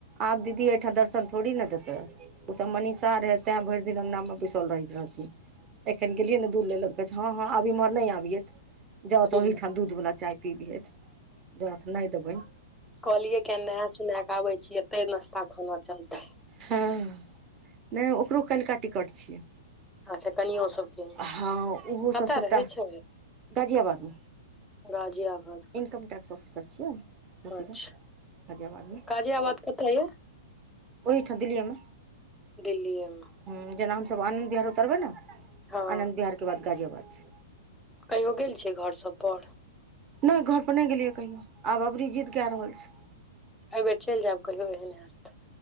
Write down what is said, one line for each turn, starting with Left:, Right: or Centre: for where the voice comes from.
Right: आब दीदी ओहिठाम दर्शन थोड़ी ने देतै। ओ तऽ मनीषा रहै ते भरि दिन अंगना मे बैसल रहैत रहथिन। एखन गेलियै ने दूध लय लेल हँ हँ आब इम्हर नहि आभियथ। जउ
Centre: हुँ
Right: तऽ ओहिठाम दूध वला चाय पीबिहत जाउथ नहि देबेन।
Centre: कहलियै किए ने नहाए सोना कऽ आबै छियै एते नास्ता खाना चलतै।
Right: हँ नहि ओकरो काल्हिका टिकट छै।
Centre: अच्छा कनियो सबके
Right: हँ ओहो
Centre: कतऽ
Right: सब सबटा
Centre: रहै छै
Right: गाजियाबादमे।
Centre: गाजियाबाद मे।
Right: इनकम टैक्स ऑफिसर छियै। भतीजा
Centre: अच्छा,
Right: गाजियाबादमे
Centre: गाजियाबाद कतऽ ये।
Right: ओहिठाम दिल्लीये में।
Centre: दिल्लीएमे।
Right: हूं जेना हमसभ आनंद बिहार उतरबै ने,
Centre: हँ
Right: आनंद बिहार के बाद गाजियाबाद छै।
Centre: कहियो गेल छियै घर सभपर।
Right: नै घर पर नै गेलियै कहियो, आब अबरी जिद्द कए रहल छै।
Centre: ऐ बेर चलि जायब। कहियो एहन हैत त,